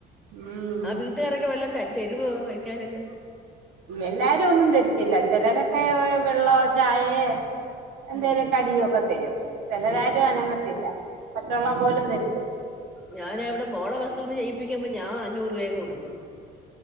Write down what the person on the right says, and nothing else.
ഉം
എല്ലാരും ഒന്നും തരത്തില്ല ചിലരൊക്കെ വെള്ളോ ചായയ എന്തേലും
കടിയും ഒക്കെ തരും. ചിലരാരും
അനങ്ങത്തില്ല പച്ചെള്ളം പോലും തര